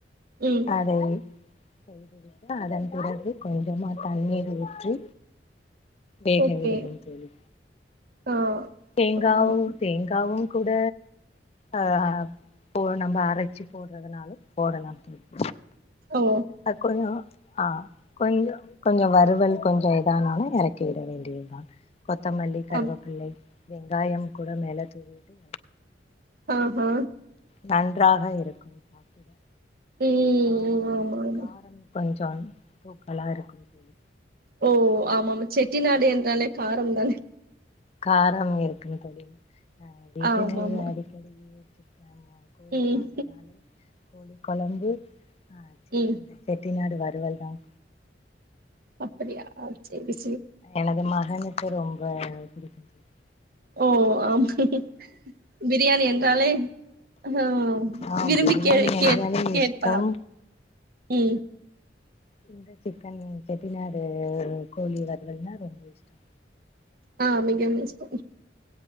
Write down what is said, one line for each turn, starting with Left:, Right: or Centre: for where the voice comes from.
Right: ம்
Left: அதை செய்துவிட்டு அதன் பிறகு கொஞ்சமா தண்ணீர் ஊற்றி வேக
Right: ஓகே
Left: விடுங்கள் தோழி
Right: ஆ
Left: தேங்காவ்
Right: ஆமா
Left: தேங்காவும் கூட அ ஆஹ் இப்போ நம்ம அரைச்சு போடுறதுனாலு போடலா தோழி
Right: ஓ
Left: அ கொஞ்சோ ஆஹ் கொஞ்சோ கொஞ்சோ வறுவல் கொஞ்சோ இதானாலோ இறக்கி விட வேண்டியதுதா கொத்தமல்லி கருவேப்பிள்ளை
Right: அப்
Left: வெங்காயம் கூட மேலே தூவிவுட்டு
Right: அ ஹா
Left: நன்றாக இருக்குங் சில
Right: ம்
Left: காரம்
Right: ஆமா ஆமா
Left: காரம் இப்ப ஏற்ச் <unintelligible> தூக்கோ லாருக்கும் போது
Right: ஓ ஆமாமா செட்டிநாடு என்றாலே காரம் தானே
Left: காரம் இருக்குந் தோழி அ வீட்டுல
Right: ஆமாமா
Left: அடிக்கடி செர் நம்ம கோலி
Right: ம்
Left: வாங்குனாலே கோலி கொலம்பு அ சிக்கன்ல
Right: ம்
Left: செட்டிநாட் டு வறுவல் தா <inaudible>
Right: அப்படியா செரி
Left: எனதுமா எனக்கு ரொம்ப பிடிக்கும் தோலி
Right: ஓ ஆமா பிரியாணி
Left: ஆ
Right: என்றாலே அ
Left: ஆ
Right: விரும்பி
Left: பிரியாணி
Right: கே கே
Left: என்றாலே
Right: கேட்பார்
Left: இஷ்டம்
Right: ம்
Left: இந்த சிக்கன் செட்டிநாடு கோலி வருவல்னா ரொம்ப இஷ்டோ
Right: ஆம் மிக இஷ்டோ